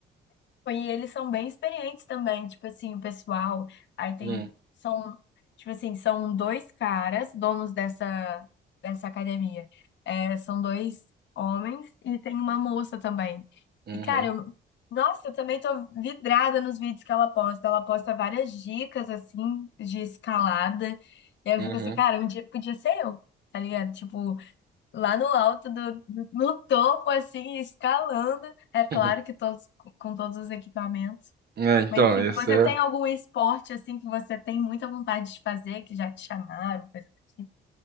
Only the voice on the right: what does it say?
Hum,
uhum,
uhum.
<laughs>
É, então,
esse
é.